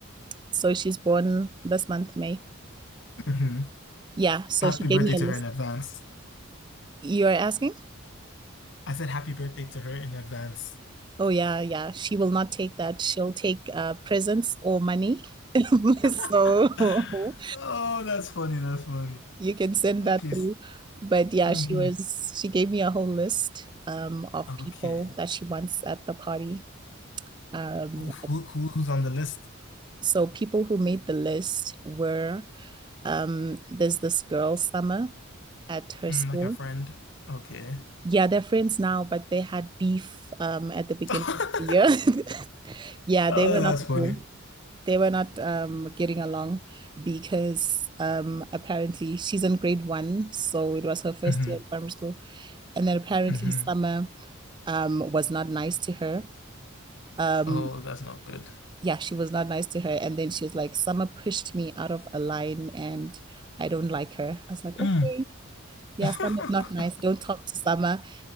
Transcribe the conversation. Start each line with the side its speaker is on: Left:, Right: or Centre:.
Right: so she's born this month, May.
Left: hmm
Right: Yeah, so
Left: Happy
Right: she gave
Left: birthday
Right: me
Left: to
Right: a list.
Left: her in advance.
Right: You're asking?
Left: I said happy birthday to her in advance.
Right: Oh yeah, yeah. She will not take that. She'll take uh presents or money. <laughs> So
Left: <laughs> Oh, that's funny. That's funny.
Right: <laughs> you can send
Left: Okay.
Right: that through. But yeah,
Left: Mm-hmm.
Right: she was she gave me a whole list um of
Left: Okay.
Right: people that she wants at the party. Um
Left: Oh, Who, who who's on the list?
Right: so people who made the list were um there's this girl, Summer. at her
Left: Mm,
Right: school.
Left: like a friend. Okay.
Right: Yeah, they're friends now, but they had beef um at the beginning
Left: <laughs>
Right: of the year.
Left: Oh,
Right: <laughs> Yeah,
Left: that's
Right: they were not
Left: funny.
Right: cool. They were not um getting along because um apparently she's in grade one, so it was her first
Left: hmm
Right: year in primary school. And then apparently
Left: hmm
Right: Summer um was not nice to her. Um
Left: Oh, that's not good.
Right: yeah, she was not nice to her. And then she was like, Summer pushed me out of a line and I don't like her. I was like, okay,
Left: Mm.
Right: yeah,
Left: <laughs>
Right: Summer's not nice. Don't talk to Summer.